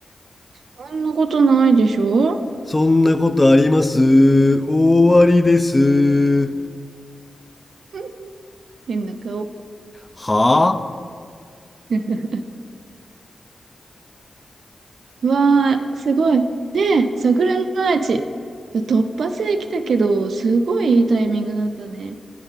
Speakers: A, on the right (about 80°); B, on the left (about 20°).
A: あんなことないでしょ
B: そんなことあります終わりです
A: <laughs> 変な顔。
B: はあ
A: <laughs> わー、すごい。ねえ、桜のアーチ。いや突発で来たけど、すごいいいタイミングだったね。